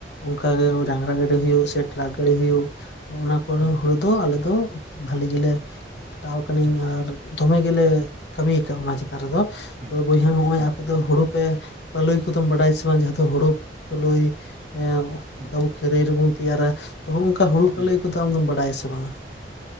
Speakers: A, on the left; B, on the right.
A: ᱚᱝᱠᱟᱜᱮ ᱰᱟᱝᱨᱟ ᱜᱟᱹᱰᱤ ᱦᱩᱭᱩᱜ ᱥᱮ ᱴᱨᱟᱠ ᱜᱟᱹᱲᱤ ᱦᱩᱭᱩᱜ ᱱᱚᱜ ᱱᱟ ᱠᱚᱨᱮ
B: ᱦᱩᱸ
A: ᱦᱩᱲᱩ ᱫᱚ ᱟᱞᱮ ᱫᱚ ᱵᱷᱟᱞᱤ ᱜᱮᱞᱮ ᱠᱷᱟᱴᱟᱣ ᱠᱟᱱᱤᱧ
B: ᱦᱩᱸ
A: ᱟᱨ ᱫᱚᱢᱮ ᱜᱮᱞᱮ ᱠᱟᱹᱢᱤᱭ ᱟᱠᱟᱜ-ᱟ ᱚᱱᱟ ᱪᱮ ᱛᱟ ᱨᱮᱫᱚ
B: ᱦᱩᱸ
A: ᱛᱚ ᱵᱚᱭᱦᱟ ᱦᱚᱜ-ᱚᱭ
B: ᱦᱩᱸ
A: ᱟᱯᱮᱫᱚ ᱦᱳᱲᱳ ᱯᱮ ᱯᱟᱞᱳᱭ ᱠᱚᱫᱚᱢ ᱵᱟᱰᱟᱭᱟ ᱥᱮ ᱵᱟᱝ ᱡᱟᱦᱟᱸ ᱫᱚ ᱦᱩᱲᱩ ᱯᱟᱞᱳᱭ ᱮ
B: ᱩᱸᱦ
A: ᱠᱷᱟᱹᱨᱟᱹᱭ ᱨᱮᱵᱩᱱ ᱛᱮᱭᱟᱨᱟ ᱛᱚ ᱦᱚ ᱚᱝᱠᱟ ᱦᱩᱲᱩ ᱯᱟᱞᱳᱭ
B: ᱦᱩᱸ
A: ᱠᱚᱫᱚ ᱟᱢ ᱫᱚᱢ ᱵᱟᱰᱟᱭᱟ ᱥᱮ ᱵᱟᱝᱟ?